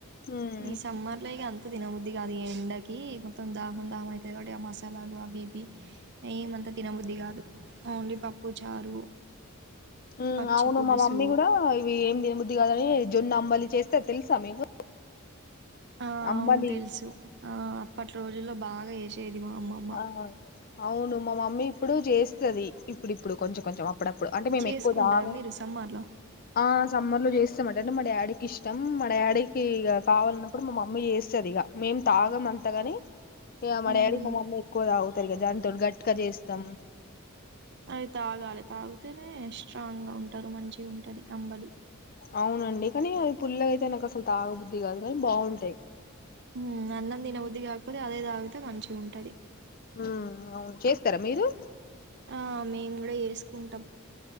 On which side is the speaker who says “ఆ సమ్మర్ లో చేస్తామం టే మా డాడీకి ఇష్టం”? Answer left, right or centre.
Left